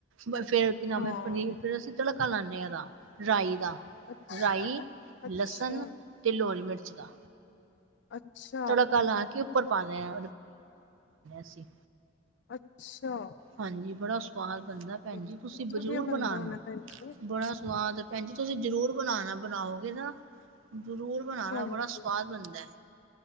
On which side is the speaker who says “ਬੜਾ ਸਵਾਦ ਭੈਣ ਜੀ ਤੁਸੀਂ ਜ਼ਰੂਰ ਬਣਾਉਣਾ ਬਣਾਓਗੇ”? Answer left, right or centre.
Right